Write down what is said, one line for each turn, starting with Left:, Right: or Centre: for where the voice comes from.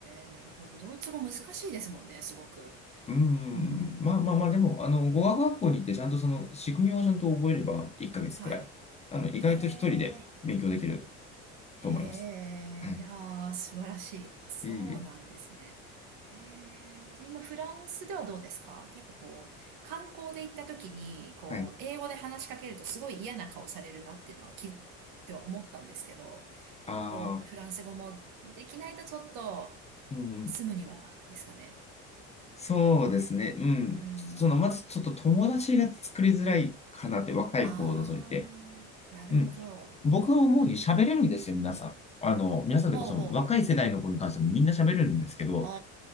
Right: え、なるほど。ドイツ語難しいですもんね、すごく。
Left: うん、
Right: うん、
Left: まあまあまあ、でも、あの、語学学校に行ってちゃんとその仕組みをちゃんと覚えれば1ヶ月くらい、
Right: はい。
Left: あの、意外と一人で勉強できる
Right: へえ。へ
Left: と思います。はい。
Right: え、いやー、素晴らしい。あ、そうなんですね。
Left: いえいえ。
Right: へえ、じゃあ今フランスではどうですか結構こう、観光で行った時に、こう、
Left: はい。
Right: 英語で話しかけるとすごい嫌な顔されるなっていうのはき、っては思ったんですけど、
Left: ああ、
Right: やっぱこう、フランス語もできないとちょっと
Left: うん。
Right: 住むにはですかね。
Left: そうですね。うん。
Right: うん。
Left: その、まずちょっと友達が作りづらいかなって、若い子を除いて。
Right: あー、なるほど。
Left: うん。僕が思うに喋れるんですよ、皆さん。あの、皆さんというかその若い世代の子に関してもみんな喋れるんですけど、
Right: おうほうほう。お